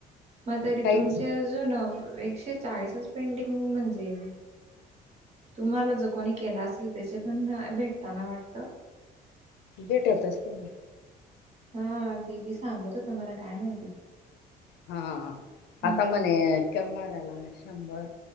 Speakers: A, on the right (about 40°); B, on the left (about 80°).
A: मग तरी
B: काहीच
A: तुमच्या अजूनून एकशे चाळीसच पेंटिंग म्हणजे तुम्हाला जो कोणी केला असेल त्याचे पण भेटताना वाटतं
B: भेटत असते ना
A: हा दिदी सांगत होता मला काय माहिती
B: हा
A: हम्म
B: आता मणे करणाऱ्याला शंभर